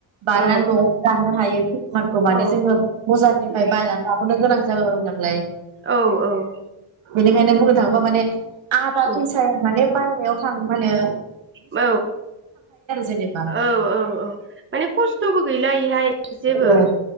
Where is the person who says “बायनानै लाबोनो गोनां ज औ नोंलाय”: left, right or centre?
Right